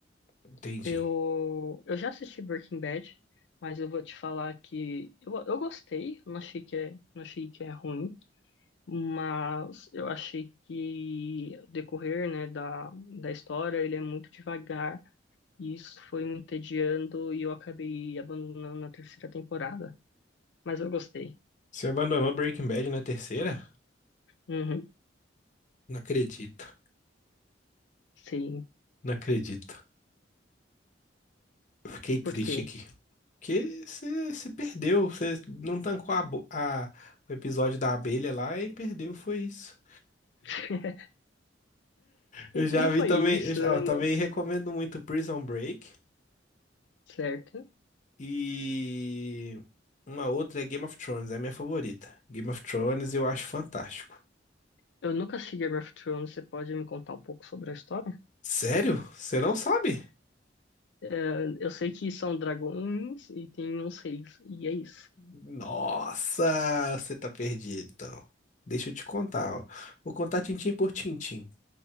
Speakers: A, on the left; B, on the left.
A: Entendi.
B: Eu, eu já assisti Breaking Bad, mas eu vou te falar que eu, eu gostei, não achei que é, não achei que é ruim, mas eu achei que o decorrer, né, da, da história, ele é muito devagar, e isso foi me entediando e eu acabei abandonando na terceira temporada. Mas eu gostei.
A: Você abandonou Breaking Bad na terceira?
B: Uhum,
A: Não acredito,
B: sim.
A: não acredito. Fiquei triste
B: Por quê?
A: aqui. Porque você você perdeu, você não tancou a, bo- a- o episódio da abelha lá e perdeu, foi isso.
B: <laughs>
A: Eu já
B: Não
A: vi
B: foi
A: também,
B: isso,
A: eu, já-
B: né?
A: ó, também recomendo muito Prison Break
B: Certo.
A: e uma outra é Game of Thrones, é a minha favorita. Game of Thrones eu acho fantástico.
B: Eu nunca assisti Game of Thrones, você pode me contar um pouco sobre a história?
A: Sério? Você não sabe?
B: Eh, Eu sei que são dragões e tem uns reis, e é isso.
A: Nossa, você tá perdido, então. Deixa eu te contar, ó. Vou contar tintim por tintim.